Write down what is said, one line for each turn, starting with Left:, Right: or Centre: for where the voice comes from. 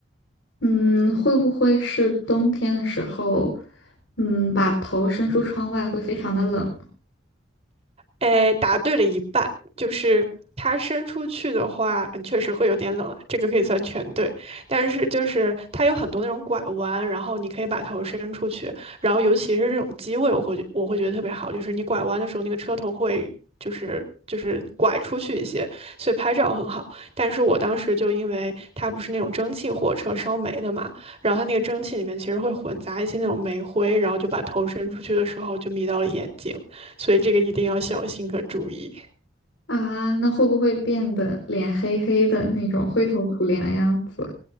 Left: 嗯，会不会是冬天的时候，嗯，把头伸出窗外会非常的冷？
Right: 哎，答对了一半，就是它伸出去的话，嗯确实会有点冷了，这个可以算全对。但是就是它有很多那种拐弯，然后你可以把头伸出去，然后尤其是这种机位，我会觉我会觉得特别好，就是你拐弯的时候，那个车头会就是就是拐出去一些，所以拍照很好。但是我当时就因为它不是那种蒸汽火车烧煤的嘛，然后它那个蒸汽里面其实会混杂一些那种煤灰，然后就把头伸出去的时候就迷到了眼睛。所以这个一定要小心和注意
Left: 啊，那会不会变得脸黑黑的那种灰头土脸的样子？